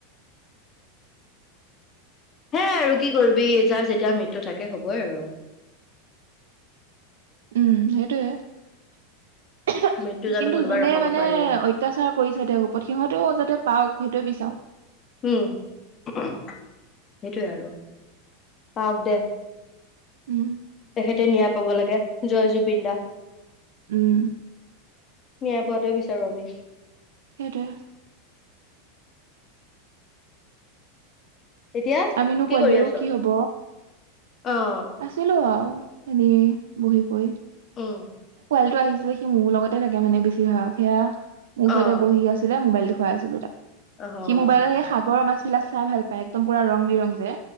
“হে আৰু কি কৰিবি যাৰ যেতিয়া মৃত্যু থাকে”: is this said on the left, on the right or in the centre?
Left